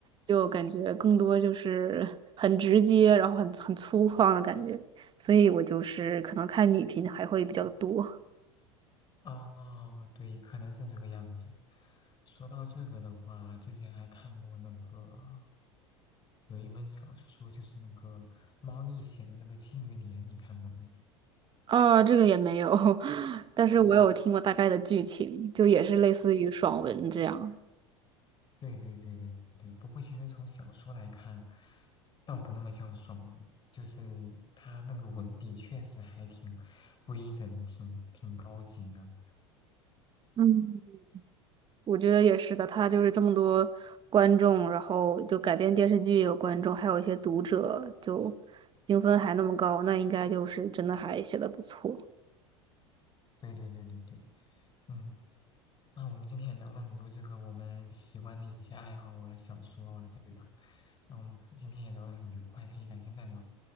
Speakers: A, on the right; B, on the left.
A: 就感觉更多就是 <laughs> 很直接，然后很很粗犷的感觉，所以我就是可能看女频还会比较多。
B: 啊，对，可能是这个样子。说到这个的话，之前还看过那个有一本小说，就是那个猫腻写的那个《庆余年》，你看过没？
A: 啊，这个也没有，<laughs> 但是我有听过大概的剧情，
B: 哦，
A: 就也是类似于爽文这样。
B: 嗯，对对对对对。不过其实从小说来看，倒不那么像爽文，就是他那个文笔确实还挺规整，挺挺高级的。
A: 嗯。我觉得也是的，他就是这么多观众，然后就改编电视剧也有观众，还有一些读者，就评分还那么高，那应该就是真的还写的不错。
B: 对对对对对，嗯，那我们今天也聊了很多这个我们喜欢的一些爱好啊、小说啊，对吧？那我们可今天也聊得很愉快，可以改天再聊。